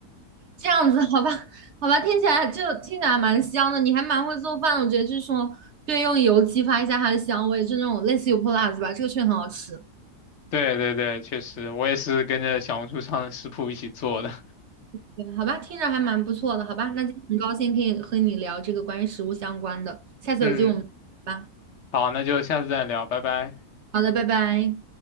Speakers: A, on the right; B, on the left.
A: 这样子，好吧，好吧，听起来就听起来蛮香的，你还蛮会做饭的我觉得就是说，对，用油激发一下它的香味，就那种类似油泼辣子吧，这个确实很好吃。
B: 对对对，确实，我也是跟着小红书上的食谱一起做的。
A: 对，好吧，听着还蛮不错的，好吧，那今天很高兴可以和你聊这个关于食物相关的，下次有机会我们再聊吧。
B: <laughs> 嗯，好，那就下次再聊，拜拜。
A: 好的，拜拜。